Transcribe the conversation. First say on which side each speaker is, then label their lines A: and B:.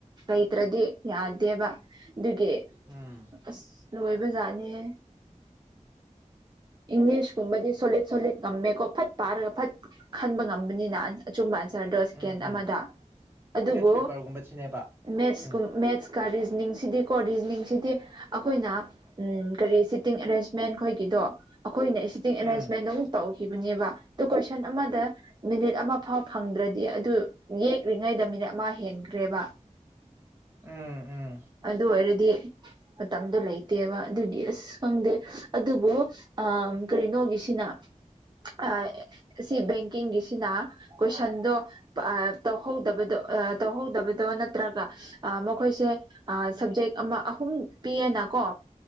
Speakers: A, on the right; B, on the right.
A: ꯂꯩꯇ꯭ꯔꯗꯤ ꯌꯥꯗꯦꯕ ꯑꯗꯨꯒꯤ
B: ꯎꯝ
A: ꯑꯁ ꯂꯣꯏꯕ ꯖꯥꯠꯅꯤꯍꯦ ꯏꯪꯂꯤꯁꯀꯨꯝꯕꯗꯤ ꯁꯣꯂꯤꯠ ꯁꯣꯂꯤꯠ ꯉꯝꯃꯦꯀꯣ ꯐꯠ ꯄꯥꯔꯒ ꯐꯠ ꯈꯟꯕ ꯉꯝꯕꯅꯤꯅ ꯑꯆꯨꯝꯕ ꯅꯇ꯭ꯔꯣ ꯁꯦꯀꯦꯟ
B: ꯎꯝ
A: ꯑꯃꯗ
B: ꯎꯝ
A: ꯑꯗꯨꯕꯨ
B: ꯃꯦꯠꯁ ꯄꯦꯄꯔꯒꯨꯝꯕꯁꯤꯅꯦꯕ
A: ꯃꯦꯠꯁ
B: ꯎꯝ
A: ꯀꯨꯝ ꯃꯦꯠꯁ ꯀꯥ ꯔꯤꯖꯅꯤꯡꯁꯤꯗꯤ ꯀꯣ ꯔꯤꯖꯅꯤꯡꯁꯤꯗꯤ ꯑꯈꯣꯏꯅ ꯎꯝ ꯀꯔꯤ ꯁꯤ ꯁꯤꯇꯤꯡ ꯑꯦꯔꯦꯟꯖꯃꯦꯟ ꯑꯈꯣꯏꯒꯤꯗꯣ ꯑꯈꯣꯏꯅ ꯁꯤꯇꯤꯡ
B: ꯎꯝ
A: ꯑꯦꯔꯦꯟꯖꯃꯦꯟꯗ ꯑꯃꯛ ꯇꯧ ꯏꯕꯅꯦꯕ ꯑꯗꯨ ꯀꯣꯏꯁꯟ ꯑꯃꯗ ꯃꯤꯅꯤꯠ ꯑꯃ ꯐꯥꯎ ꯐꯪꯗ꯭ꯔꯗꯤ ꯑꯗꯨ ꯌꯦꯛꯔꯤꯉꯩꯗ ꯃꯤ ꯃꯤꯅꯤꯠ ꯑꯃ ꯍꯦꯟꯈ꯭ꯔꯦꯕ
B: ꯎꯝ ꯎꯝ
A: ꯑꯗꯨ ꯑꯣꯏꯔꯗꯤ ꯃꯇꯝꯗꯣ ꯂꯩꯇꯦꯕ ꯑꯗꯨꯒꯤ ꯑꯁ ꯈꯪꯗꯦ ꯑꯗꯨꯕꯨ ꯑ ꯀꯔꯤꯅꯣꯒꯤꯁꯤꯅ ꯑꯥ ꯁꯤ ꯕꯦꯡꯀꯤꯡꯒꯤꯁꯤꯅ ꯀꯣꯏꯁꯟꯗꯣ ꯑ ꯇꯧꯍꯧꯗꯕꯗꯣ ꯑ ꯇꯧꯍꯧꯗꯕꯗꯣ ꯅꯠꯇ꯭ꯔꯒ ꯑ ꯃꯈꯣꯏꯁꯦ ꯑ ꯁꯕꯖꯦꯛ ꯑꯃ ꯑꯍꯨꯝ ꯄꯤꯌꯦꯅꯀꯣ